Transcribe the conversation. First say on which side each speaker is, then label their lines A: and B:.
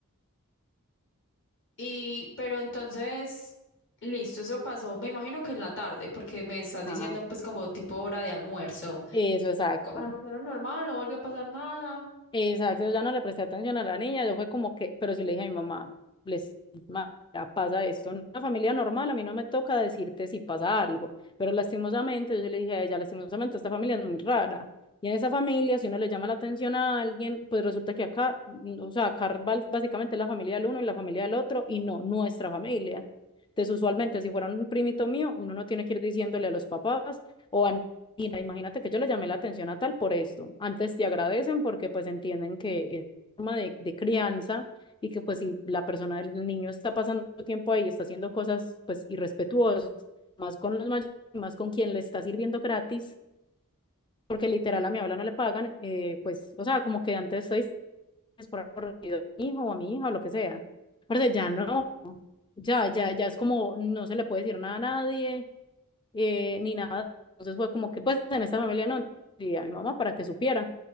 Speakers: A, on the left; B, on the left.
A: Y, pero entonces, listo, eso pasó, me imagino que en la tarde, porque me estás diciendo
B: Ah,
A: pues como tipo hora de almuerzo.
B: eso, exacto.
A: Co- Almorzaron normal, no volvió a pasar nada,
B: Exacto, ya no le presté atención a la niña, yo fue como que, pero sí le dije a mi mamá, les ma- ya pasa esto, en una familia normal a mí no me toca decirte si pasa algo, pero lastimosamente yo sí le dije a ella, lastimosamente esta familia es muy rara, y en esa familia si uno le llama la atención a alguien, pues resulta que acá, mm, o sea, acá va- básicamente es la familia del uno y la familia del otro, y no nuestra familia. Entonces usualmente si fuera un primito mío, uno no tiene que ir diciéndole a los papás, o a Mira, imagínate que yo le llamé la atención a tal por esto. Antes te agradecen porque pues entienden que es forma de, de crianza y que pues si la persona del niño está pasando tiempo ahí, está haciendo cosas pues irrespetuosas, más con los mayores, más con quien le está sirviendo gratis, porque literal a mi abuela no le pagan, eh, pues, o sea, como que antes estoy por por a mi hijo o a mi hija o lo que sea. Pero ya no, ya, ya, ya es como no se le puede decir nada a nadie eh, ni nada. Entonces fue como que pues en esta familia no, y a mi mamá para que supiera.